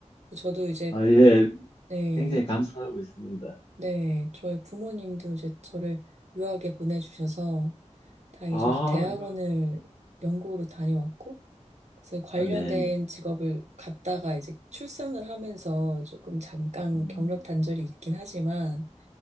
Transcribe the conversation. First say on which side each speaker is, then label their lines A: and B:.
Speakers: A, on the right; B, on the left.
A: 저도 이제,
B: 아, 예.
A: 네,
B: 굉장히 감사하고 있습니다.
A: 네, 저희 부모님도 이제 저를 유학에 보내주셔서 다행히
B: 아,
A: 저도 대학원을
B: 요-
A: 영국으로 다녀왔고, 그래서 관련된
B: 아, 네, 네.
A: 직업을 갖다가 이제 출산을 하면서 조금 잠깐
B: 음,
A: 경력 단절이 있긴 하지만,